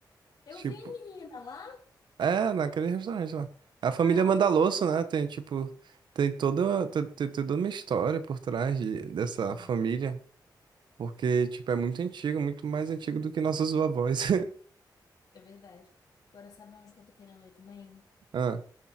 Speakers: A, on the left (about 60°); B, on the right (about 85°).
A: Eu
B: Tipo,
A: vi, menina, lá.
B: é, naquele restaurante lá. A família
A: Ah,
B: Mandaloso, né? Tem, tipo, tem toda, tem, tem toda uma história por trás de- dessa
A: é,
B: família. Porque, tipo, é muito antigo, muito mais antigo do que nossos vovós. <laughs>
A: é verdade. Agora sabe onde que eu tô querendo ir também?
B: Ah,